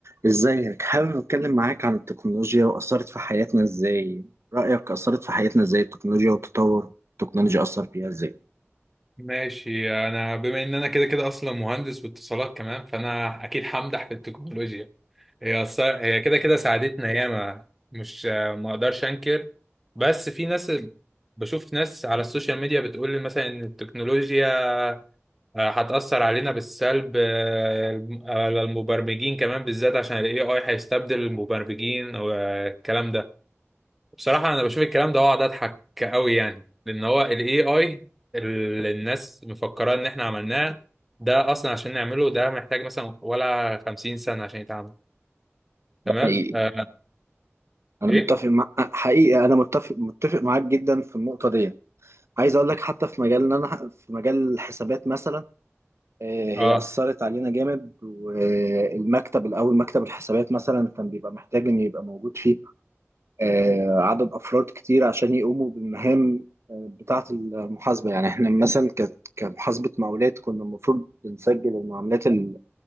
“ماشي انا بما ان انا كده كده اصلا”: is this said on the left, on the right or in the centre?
Centre